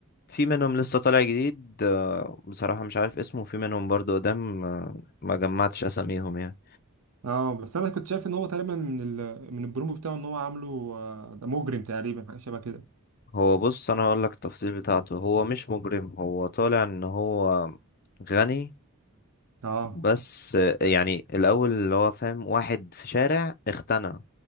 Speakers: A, on the left (about 45°); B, on the right (about 85°).
A: في منهم لسه طالع جديد آه، بصراحة مش عارف اسمه وفي منهم برضه قدام آه، ما جمعتش أساميهم يعني
B: اه بس انا كنت شايف ان هو تقريبا من ال... من البرومو بتاعه ان هو عامله آه، ده مجرم تقريبا حاجه شبه كده
A: هو بص أنا هقولك التفاصيل بتاعته هو مش مجرم هو طالع إن هو غني
B: اه
A: بس آه، يعني الأول اللي هو فاهم واحد في شارع اغتنى